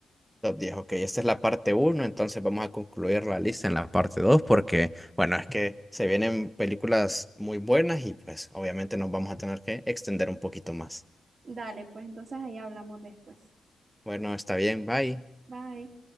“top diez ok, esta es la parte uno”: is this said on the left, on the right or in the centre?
Centre